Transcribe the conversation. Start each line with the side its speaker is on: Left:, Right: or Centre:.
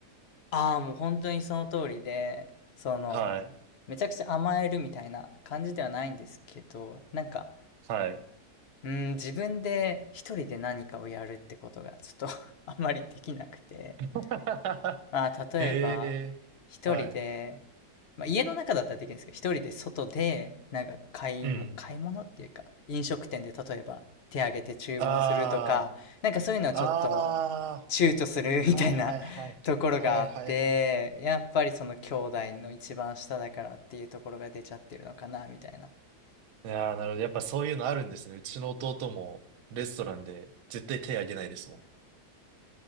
Left: ああ、もう本当にその通りで、その、
Right: はい。
Left: めちゃくちゃ甘えるみたいな感じではないんですけど、なんか、
Right: はい。
Left: うん、自分で一人で何かをやるってことがちょっと <laughs> あんまりできなくて、
Right: <laughs>
Left: まあ、例えば、
Right: ええはい。
Left: 一人で、まあ、家の中だったらできるんですけど、一人で外で、なんか買いも、
Right: うん。
Left: 買い物っていうか、飲食店で例えば手挙げて注文するとか、
Right: あ
Left: なんかそういうのはちょっと
Right: あ、あ
Left: 躊躇する <laughs> みたいな
Right: あ、はいはいはい。
Left: <laughs> ところがあって、
Right: はいはいはい
Left: やっぱりその兄弟の一番下だからっていうところが出ちゃってるのかな、みたいな
Right: いやー、なるほど。やっぱそういうのあるんですね。うちの弟もレストランで絶対手あげないですも